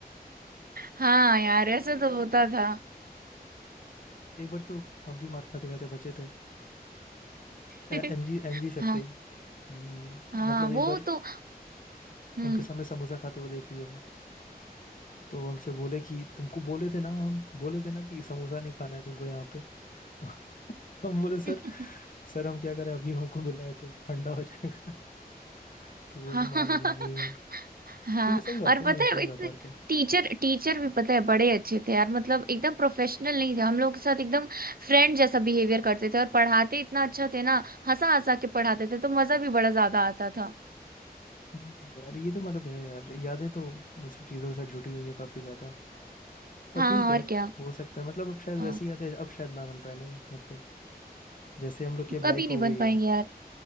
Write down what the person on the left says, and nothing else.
अरे
अरे
ये तो-
एक बार तो हम भी मार खाते खाते बचे थे
एमजी एमजी सर
से ही हम्म,
मतलब
एक बार
उनके सामने समोसा खाते हुए देख लिए वो तो हमसे बोले कि तुमको बोले थे ना हम बोले थे ना कि समोसा नहीं खाना है तुमको यहाँ पे तो <laughs> हम बोले
सर सर हम क्या करें अभी हमको मिला है तो ठंडा हो जाएगा <laughs> तो वो
भी मान गए वो भी मान गए
जो कि सही बात
है
जो कि सही
बात है और क्या
हम्म, यार ये तो मतलब है यार यादें तो उन सब चीज़ों के साथ जुटी हुई है काफ़ी ज़्यादा पर
ठीक है
हो सकता है मतलब अब शायद
वैसी यादें अब शायद ना बन पाए नहीं मतलब जैसे हम लोग की अब
लाइफ
हो
गई
है